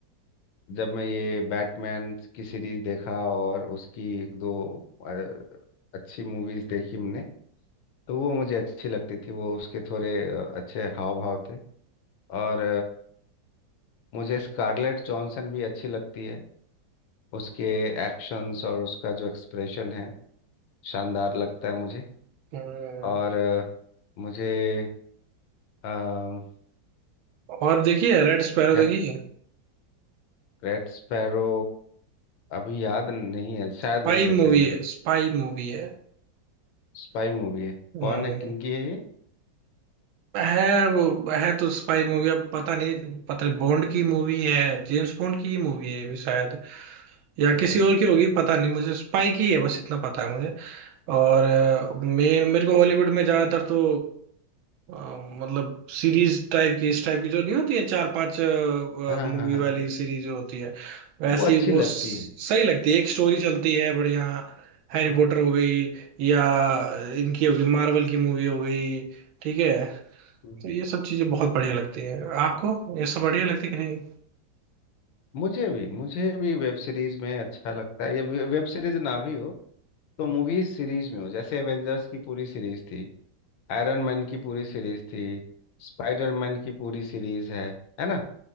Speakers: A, on the left; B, on the right.
A: जब मैं ये बैटमैन की सीरीज देखा और उसकी एक दो अ, अच्छी मूवीज देखी हमने तो वो मुझे अच्छी लगती थी वो उसके थोड़े अ, अच्छे हाव भाव थे और मुझे स्कारलेट जॉनसन भी अच्छी लगती है उसके एक्शंस और उसका जो एक्सप्रेशन है शानदार लगता है मुझे
B: हम्म,
A: और अ, मुझे अम,
B: और देखिए रेड स्पैरो
A: क्या
B: देखिए
A: Red sparrow अभी याद नहीं है शायद
B: स्पाई
A: नहीं देखा
B: मूवी
A: है मैंने
B: है स्पाई मूवी है
A: स्पाई मूवी है
B: हम्म,
A: कौन है किनकी है ये
B: है वो है तो स्पाई मूवी अब पता नहीं पता नहीं बॉन्ड की मूवी है जेम्स बॉन्ड की ही मूवी है ये भी शायद या
A: अच्छा
B: किसी और की होगी पता नहीं मुझे स्पाई की है बस इतना पता है मुझे और मेन मेरे को हॉलीवुड में ज्यादातर तो अ, मतलब सीरीज टाइप की इस टाइप की जो नहीं होती है चार पांच
A: हाँ हाँ
B: मूवी
A: हाँ हाँ
B: वाली
A: हाँ
B: सीरीज जो होती है वैसी
A: वो अच्छी
B: वो
A: लगती
B: स-
A: है
B: सही लगती है एक स्टोरी चलती है बढ़िया हैरी
A: हाँ
B: पॉटर हो गई या इनकी हो गई मार्वल की मूवी हो गई ठीक है
A: हम्म।
B: तो ये सब चीजें बहुत बढ़िया लगती है आपको ये सब बढ़िया लगती है कि नहीं
A: मुझे भी मुझे भी वेब सीरीज में अच्छा लगता है ये वे- वेब सीरीज ना भी हो तो मूवी सीरीज में हो जैसे एवेंजर्स की पूरी सीरीज थी आयरन मैन की पूरी सीरीज थी स्पाइडरमैन की पूरी सीरीज है है ना